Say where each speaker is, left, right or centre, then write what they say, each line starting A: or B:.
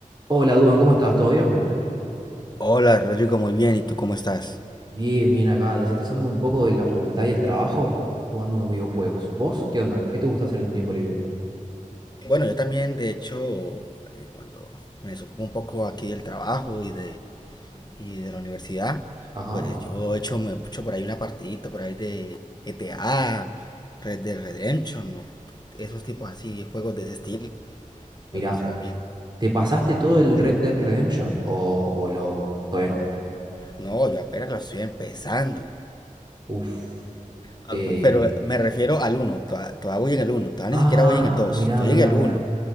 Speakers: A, on the right; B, on the left.
A: Hola, Duban, ¿cómo estás? ¿Todo bien?
B: Hola Rodrigo, muy bien. ¿Y tú cómo estás?
A: Bien, bien acá, desestresándome un poco de la facultad y el trabajo, jugando unos videojuegos. ¿Vos? ¿Qué onda? ¿Qué te gusta hacer en tu tiempo libre?
B: Bueno, yo también, de hecho, eh, cuando me desocupo un poco aquí del trabajo y de, y de la universidad,
A: Ajá.
B: pues yo he hecho, me he hecho por ahí una partidita por ahí de GTA, Red Dead Redemption, o esos tipos así, juegos de ese estilo.
A: Mira,
B: Me gusta también.
A: ¿te pasaste todo el Red Dead Redemption o, o lo... todavía no?
B: No, yo apenas lo estoy empezando.
A: Uf.
B: Ah,
A: Eh...
B: pe- Pero me refiero al 1, todavía voy en el uno. todavía
A: Ah,
B: ni siquiera voy en el 2.
A: mirá,
B: estoy
A: mirá,
B: en el
A: mirá.
B: uno.